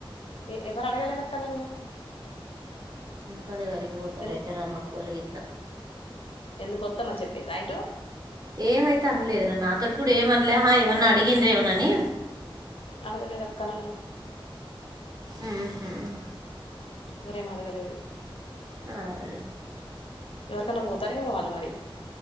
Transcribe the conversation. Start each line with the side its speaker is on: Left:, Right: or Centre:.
Left: ఎవరు అడగలేదు అక్క నన్ను
Right: మరే వరికిపోతారు
Left: ఎ
Right: అయితే రామక్కళ్ళ గ ఇట్లా
Left: ఎందుకు వత్తమని చెప్పిర్రు రైటు
Right: ఏమైతే అనలేదు నాతోటి ఇప్పుడ ఏమనలే హ ఏమన్నా అడిగిన్ర ఏమనని
Left: అడగలేదు అక్క నన్ను
Right: అహ
Left: ఇవరే మడగలేదు
Right: అే
Left: ఎవరికన్నా పోతారేమో వాళ్ళు మరి